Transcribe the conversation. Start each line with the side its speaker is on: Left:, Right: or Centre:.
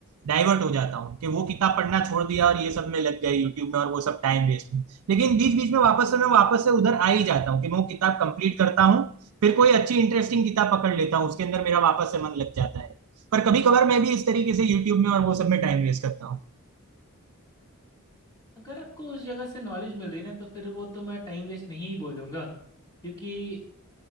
Right: डाइवर्ट हो जाता हूँ कि वो किताब पढ़ना छोड़ दिया और ये सब में लग गए यूट्यूब में और वो सब टाइम वेस्ट में लेकिन बीच बीच में वापस से मैं वापस से उधर आ ही जाता हूँ कि मैं वो किताब कंप्लीट करता हूँ फिर कोई अच्छी इंटरेस्टिंग किताब पकड़ लेता हूँ उसके अंदर मेरा वापस से मन लग जाता है पर कभी कभार मैं भी इस तरीके से यूट्यूब में और वो सब में टाइम वेस्ट करता हूँ
Left: अगर आपको उस जगह से नॉलेज मिल रही है ना तो फिर वो तो मैं टाइम वेस्ट नहीं बोलूंगा क्योंकि